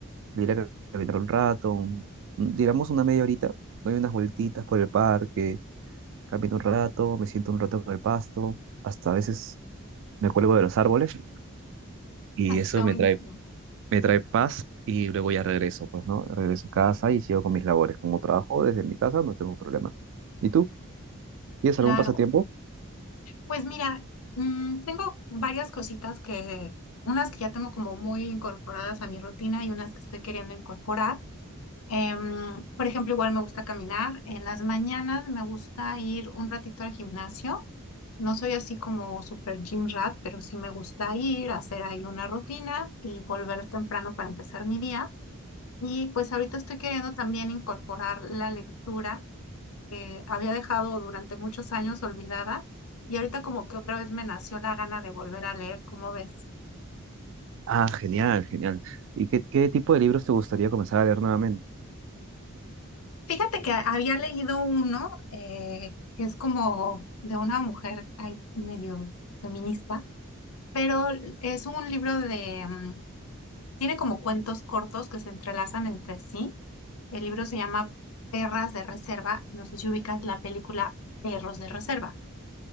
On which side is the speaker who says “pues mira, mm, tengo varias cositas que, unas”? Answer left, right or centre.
Left